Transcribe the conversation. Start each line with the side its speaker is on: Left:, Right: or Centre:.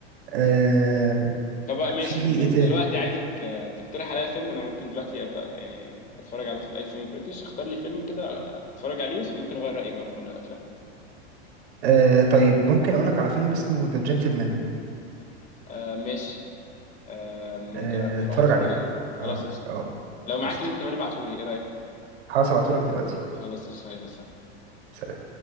Right: آه
Left: طب بقى ماشي
Right: في ايه
Left: بم-
Right: تاني
Left: دلوقتي عايزك آه، تقترح عليا فيلم انا ممكن دلوقتي ابدا يعني اتفرج على في- اي فيلم بريتش اختار لي فيلم كده آه، اتفرج عليه وممكن اغير رايي بقى في الافلام دي
Right: آه طيب ممكن اقولك على فيلم اسمه ذا جنتلمان
Left: آه ماشي آه ممكن
Right: آه اتفرج
Left: اروح اتفرج
Right: عليه
Left: عليه خلاص
Right: اه
Left: قشطة
Right: اه
Left: لو معاك
Right: قشطة
Left: لينك كمان ابعته لي ايه رايك
Right: هبعتهولك دلوقتي
Left: خلاص قشطة يلا سلام
Right: سلام